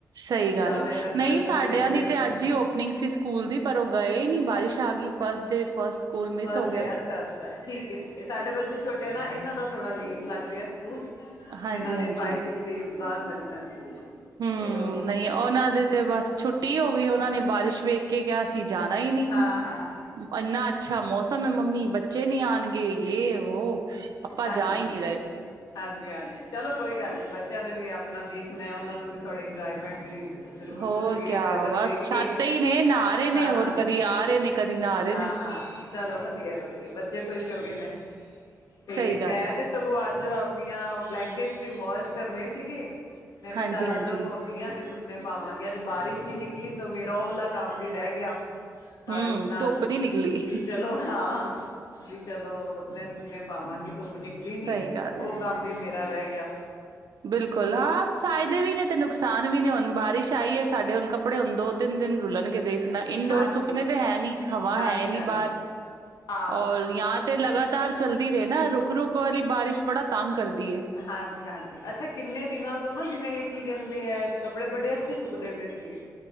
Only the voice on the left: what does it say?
ਜ਼ਿਆਦਾ
ਇਹਨਾਂ ਨੂੰ
ਗਰਮੀ
ਫੀਲ ਨਹੀਂ
ਹੋਏਗੀ
first
day ਅੱਛਾ-ਅੱਛਾ ਠੀਕ ਹੈ-ਠੀਕ ਹੈ ਸਾਡੇ
ਬੱਚੇ ਛੋਟੇ ਆ ਨਾ ਇਹਨਾਂ ਦਾ ਥੋੜਾ ਲੇਟ ਲੱਗ ਰਿਹਾ ਸ ਕੂਲ
ਇਹਨਾਂ ਦੇ ਫਾਈਵ-ਸਿਕ੍ਸ ਡੇਜ਼ ਬਾਅਦ ਲੱਗਣਾ ਸਕੂਲ
ਫਿਰ ਉਹ
ਹਾਂ-ਹਾਂ
ਹਾਂਜੀ
ਹਾਂਜੀ-ਹਾਂਜੀ ਚਲੋ ਕੋਈ ਗੱਲ ਨੀ ਬੱਚਿਆਂ ਨੇ ਵੀ ਆਪਣਾ ਦੇਖਣਾ ਉਹਨਾਂ ਨੂੰ ਵੀ ਥੋੜੀ ਇੰਜੋਏਮੈਂਟ ਦੀ ਜ਼ਰੂਰਤ
ਹੁੰਦੀ
ਹੈ ਵੈਦਰ
ਦੇਖ
ਕੇ
ਹਾਂ-ਹਾਂ
ਹਾਂ-ਹਾਂ
ਚਲੋ ਵਧੀਆ-ਵਧੀਆ ਬੱਚੇ ਖੁਸ਼ ਹੋ ਗਏ ਨੇ ਤੇ
ਮੈਂ
ਤੇ ਸਗੋਂ ਅੱਜ ਆਪਣੀਆਂ ਬਲੈਂਕਟ ਵਾਸ਼ ਕਰਨੇ ਸੀਗੇ। ਮੈਂ ਕਿਹਾ
ਚੱਲ ਅੱਜ ਧੋਨੀ ਆ ਤੇ ਮੈਂ ਪਾਵਾਂਗੀ ਅੱਜ ਬਾਰਿਸ਼ ਨੀ ਨਿਕਲੀ ਸੋ ਮੇਰਾ ਉਹ ਵਾਲਾ ਕੰਮ ਵੀ ਰਹਿ ਗਿਆ ਬਾਰਿਸ਼
ਨਾਲ,
ਵੀ ਚਲੋ ਹਾਂ। ਵੀ ਚਲੋ ਮੈਂ ਸੁਕਨੇ ਪਾਵਾਂਗੀ ਧੁੱਪ ਨਿਕਲੀ ਨੀ
ਉਹ
ਕੰਮ ਵੀ ਮੇਰਾ ਰਹਿ ਗਿਆ
ਹਾਂਜੀ,
ਹਾਂਜੀ,
ਹਾਂਜੀ
ਹਾਂ।
ਹਾਂਜੀ-ਹਾਂਜੀ ਅੱਛਾ ਕਿੰਨੇ ਦਿਨਾਂ ਤੋਂ ਨਾ ਜਿਵੇਂ ਕਿ ਕਹਿੰਦੇ ਹੈ ਕੱਪੜੇ ਬੜੇ ਅੱਛੇ ਸੁੱਕਦੇ ਪਏ ਸੀਗੇ